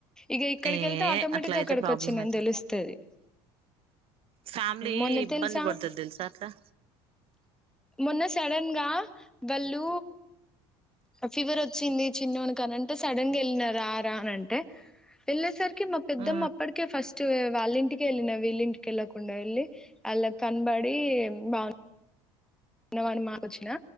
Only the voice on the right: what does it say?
ఏ
అట్లా అయితే
ప్రాబ్లం అయితది
ఫ్యామిలీ
ఇబ్బంది
పడ్తుది తెల్సా అట్లా
ఆ